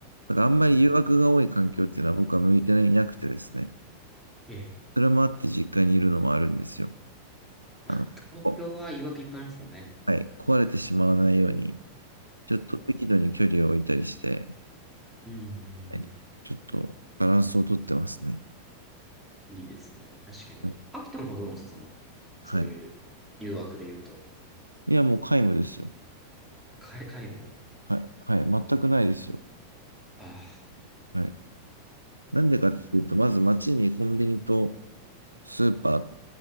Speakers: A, on the right; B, in the centre.
A: だからあんまり誘惑が多い環境っていうのは僕は向いていなくてですね。
B: うんうん。うんうんええ。
A: それもあって実家にいるのもあるんですよ。
B: まあ、
A: あの、
B: 東京は誘惑いっぱいありますからね。
A: こはい、壊れてしまわないように、ちょっと適度に距離を置いたりして、
B: うんうんうんうん。
A: はい、ちょっとバランスをとってますね。
B: いいですね。確かに。
A: はい
B: 秋田の方どうなんですかその、
A: はい。
B: そういう誘惑で言うと。
A: いや、もう皆無ですよ。
B: かい、も。
A: はい。はい。全くないですよ。
B: ああ。
A: はい。なんでかっていうと、まず街にコンビニとスーパ